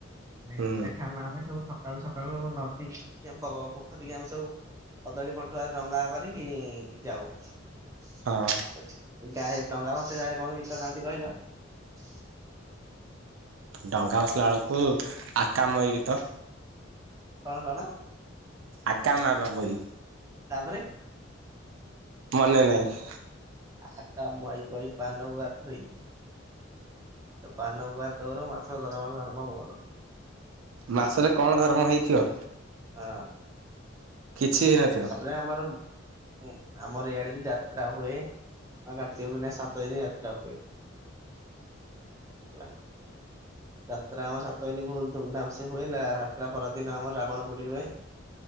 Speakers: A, on the right; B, on the right.
A: <inaudible>
B: ହୁଁ
A: ଏଠି ଆମେ ଆମେ ସବୁ ସକାଳୁ ସକାଳୁ ନଦୀ ଅ ପୋଖରୀ ଆମେ ସବୁ କଦଳୀ ପଟୁଆ ଡଙ୍ଗା କରିକି ଯାଉ।
B: ହଁ।
A: <inaudible> ଗାଏ ଡଙ୍ଗା ଭସେଇଲା ବେଳେ କଣ ଗୀତ ଗାଆନ୍ତି କହିଲ। <inaudible>
B: ଡଙ୍ଗା ଭସେଇଲା ବେଳକୁ ଆକା ମଇ ଗୀତ।
A: କଣ କଣ?
B: ଆକା ମା ବାବୋଇ।
A: ତାପରେ।
B: ମନେ ନାହିଁ।
A: ଆକା ମଇ ବଇ ପାନ ଗୁଆ ଥୋଇ। ତ ପାନ ଗୁଆ ତୋର ମାସକ ଧର ମ ମାର ଧର୍ମ ମୋର।
B: ମାସରେ କଣ ଧର୍ମ ହେଇଥିବ।
A: ହଁ
B: କିଛି ହେଇନଥିବ।
A: ଆପରେ ଆମର <inaudible> <inaudible> ଉଁ ଆମର ଏଇଆଡେ ବି ଯାତ୍ରା ହୁଏ। ଆ କାର୍ତ୍ତିକ ପୂର୍ଣ୍ଣିମା ସାତଦିନ ଯାତ୍ରା ହୁଏ <inaudible> ହେଲା। ଯାତ୍ରା ଆମର ସାତ ଦିନି ଫୁଲ ଧୁମଧାମ ସେ ହୁଏ। ଲା ଯାତ୍ରା ପରଦିନ ଆମର ରାବଣ ପୋଡ଼ି ହୁଏ